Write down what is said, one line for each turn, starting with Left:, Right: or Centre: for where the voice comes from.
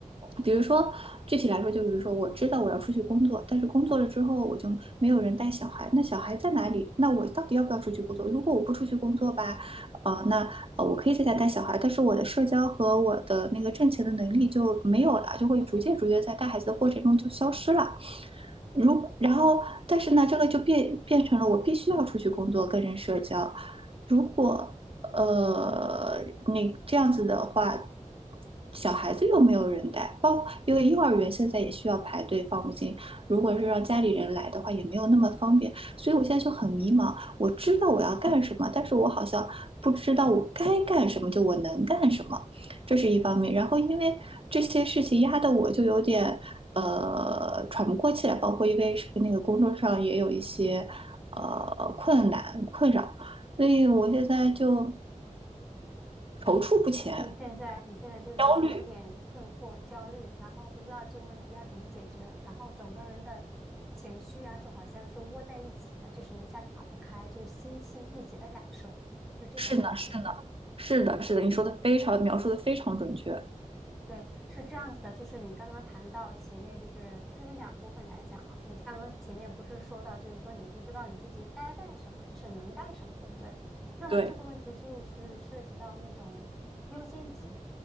Right: 比如说具体来说，就比如说我知道我要出去工作，但是工作了之后我就没有人带小孩，那小孩在哪里？那我到底要不要出去工作？如果我不出去工作吧，呃，那呃，我可以在家带小孩，但是我的社交和我的那个挣钱的能力就没有了，就会逐渐逐渐在带孩子的过程中就消失了。如然后，但是呢，这个就变变成了我必须要出去工作跟人社交。如果呃那这样子的话，小孩子又没有人带，包括因为幼儿园现在也需要排队放不进，如果是让家里人来的话，也没有那么方便。所以我现在就很迷茫，我知道我要干什么，但是我好像不知道我该干什么，就我能干什么。这是一方面。然后因为这些事情压得我就有点呃喘不过气来，包括因为是那个工作上也有一些呃困难困扰，所以我现在就踌躇不前，
Centre: 你现在你现在就是是有点困惑、
Right: 焦虑。
Centre: 焦虑，然后不知道这个问题要怎么解决，然后整个人的情绪啊，就好像是窝在一起的，就是你一下打不开，就是心气郁结的感受，是不是这种感觉。
Right: 是呢，是呢，是的，是的，你说的非常描述的非常准确。
Centre: 对，是这样子的，就是你刚刚谈到前面，就是分为两部分来讲啊。你刚刚前面不是说到，就是说你不知道你自己该干什么，就是能干什么，对不对？那么这个问题就是涉及到那种优先级，
Right: 对，